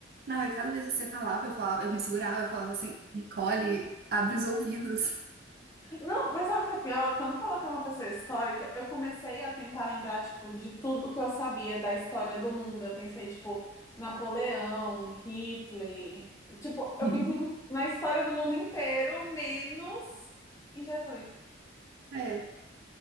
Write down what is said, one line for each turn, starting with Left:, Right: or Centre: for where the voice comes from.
Right: Não, e cada vez que você falava, eu falava, eu me segurava, eu falava assim, Nicole, abre os ouvidos.
Left: Não, mas sabe o que é pior? Quando falou que é uma pessoa histórica, eu comecei a tentar lembrar, tipo, de tudo que eu sabia da história do mundo. Eu pensei, tipo, Napoleão, Hitler. Tipo, eu
Right: <laughs>
Left: pensei em- na história do mundo inteiro, menos em Jesus.
Right: É.